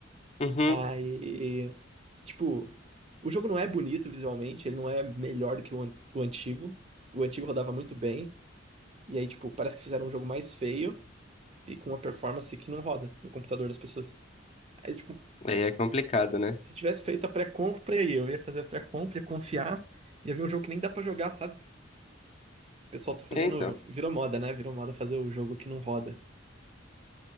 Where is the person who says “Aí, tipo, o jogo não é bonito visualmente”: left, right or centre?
Right